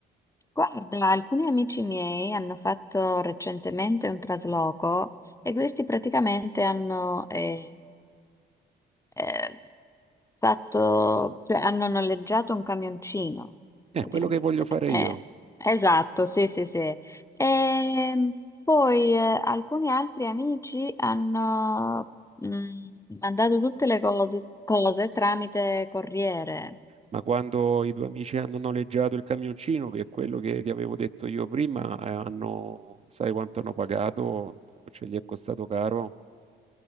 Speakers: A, on the left; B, on the right.
A: guarda, alcuni amici miei hanno fatto recentemente un trasloco e questi praticamente hanno, eh, eh, fatto, cioè, hanno noleggiato un camioncino,
B: È
A: praticamente.
B: quello che voglio fare
A: Eh,
B: io.
A: esatto, sì, sì, sì. E poi eh, alcuni altri amici hanno mh, mandato tutte le cose cose tramite corriere.
B: ma quando i due amici hanno noleggiato il camioncino, che è quello che ti avevo detto io prima, eh, hanno, sai quanto hanno pagato? Ce gli è costato caro?